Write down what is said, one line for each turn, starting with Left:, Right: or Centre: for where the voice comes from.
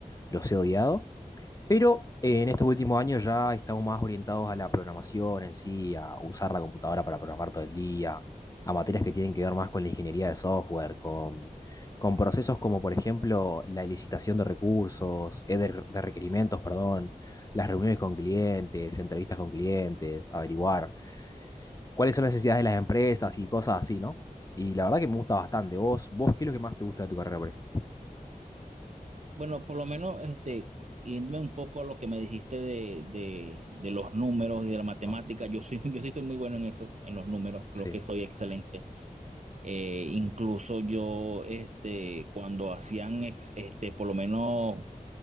Left: los he odiado. Pero eh, en estos últimos años ya estamos más orientados a la programación en sí, a usar la computadora para programar todo el día, a materias que tienen que ver más con la ingeniería de software, con, con procesos como por ejemplo la licitación de recursos, eh, de, de requerimientos, perdón, las reuniones con clientes, entrevistas con clientes, averiguar cuáles son las necesidades de las empresas y cosas así, ¿no? Y la verdad que me gusta bastante. ¿Vos, vos qué es lo que más te gusta de tu carrera, por ejemplo?
Right: Bueno, por lo menos, este, yéndome un poco a lo que me dijiste de, de, de los números y de la matemática,
Left: Ah,
Right: yo soy, <laughs> yo sí soy muy bueno en eso, en los números,
Left: Sí.
Right: creo que soy excelente. Eh, incluso yo, este, cuando hacían, ex- este, por lo menos